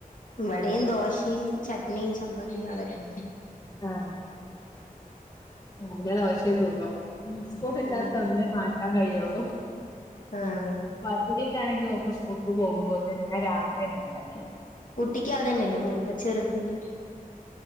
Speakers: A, on the left; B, on the left.
A: ഇവടിം ദോഷിം ചട്നി ചമ്മന്തി അതൊക്കെ
B: ആ <unintelligible> ദോഷേ സുഖം സ്കൂള് ഇല്ലാത്ത
A: ഉം
B: അന്നെ മാറ്റാൻ കയ്യള്ളൂ
A: ആഹ്
B: പത്തിരി ഒക്കെ ആണെങ്കി ഓക്ക് സ്കൂൾക്ക് പോകുമ്പോത്തിന് ഞാന് രാത്രിയന്നെ ഇണ്ടാക്കി
A: കുട്ടിക്കതന്നല്ലേ കൊടുക്ക ചെർതിന്